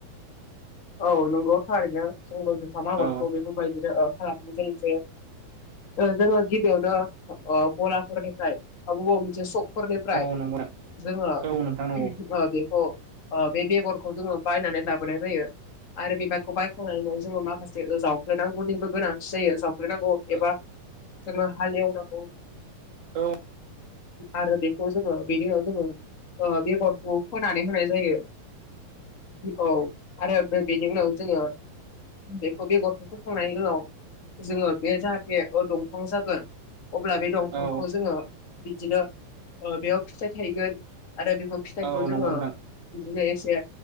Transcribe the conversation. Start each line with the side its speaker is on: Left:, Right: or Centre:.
Left: औ नंगौ थारैनो जोंबो होखाम आगादखौ
Right: औ
Left: बेफोरबायदिनो खालामो जों एसे जोङो गिबियावनो गलाफोररायनिफ्राय ब बबा मोनसे स निफ्राय
Right: औ नंगौ
Left: जोङो
Right: औ नोंथां नंगौ
Left: बेखौ बे बेगरखौ जोङो बायनानै लाबोनाय जायो आरो बिबारखौ बायखांनायनि उनाव जोङो माखासे जावफ्लेनांगौनिबो गोनांथि जायो जाव खगैनांगौ
Right: औ
Left: एबा जनो हालेवनांगौ
Right: औ
Left: आरो बेखौ जोङो बेदि जोङो बेगरखौ फोनानै होनाय जायो
Right: बि
Left: औ आरो बेनि उनाव जोङो बेखौ बेगरफोरखौ फोखांनायनि उनाव जोङो बे जाहाथे दंफां जागोन अब्ला बे दंफांखौ
Right: औ
Left: जोङो बिदिनो बेयाव फिथाय थायगोन आरो बेखौ फिथाइखौ
Right: औ
Left: जोङो
Right: नंगौ नोंथां
Left: बिदिनो से